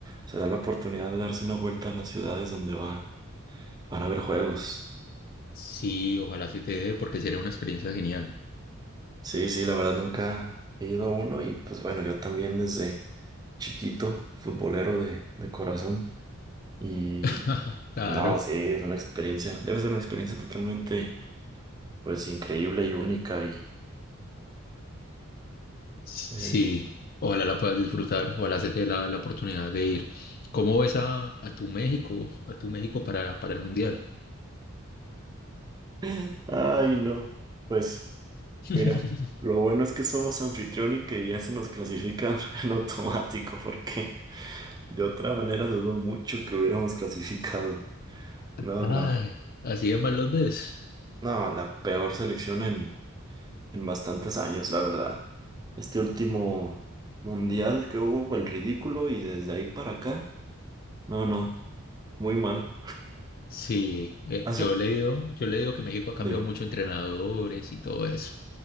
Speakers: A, on the right; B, on the left.
A: Se da la oportunidad de darse una vuelta a las ciudades donde va, van a haber juegos.
B: Sí, ojalá sí te dé, porque sería una experiencia genial.
A: Sí, sí, la verdad nunca he ido a uno y pues bueno, yo también desde chiquito, futbolero de, de corazón. Y,
B: <laughs> Claro,
A: y no, sí, es una experiencia, debe ser una experiencia totalmente pues increíble y única y...
B: sí,
A: eh,
B: sí, ojalá la puedas disfrutar, ojalá se te dé la, la oportunidad de ir. ¿Cómo ves a, a tu México, a tu México para, para el Mundial?
A: <laughs> ay, no, pues
B: <laughs>
A: mira, lo bueno es que somos anfitrión y que ya se nos clasifica <laughs> en automático porque de otra manera dudo mucho que hubiéramos clasificado. No,
B: Ay,
A: no.
B: así de mal los ves.
A: No, la peor selección en, en bastantes años, la verdad. Este último mundial que hubo, el ridículo, y desde ahí para acá, no, no, muy mal.
B: Sí, eh,
A: Hace,
B: yo he leído, yo he leído que México ha cambiado
A: dime,
B: mucho entrenadores y todo eso.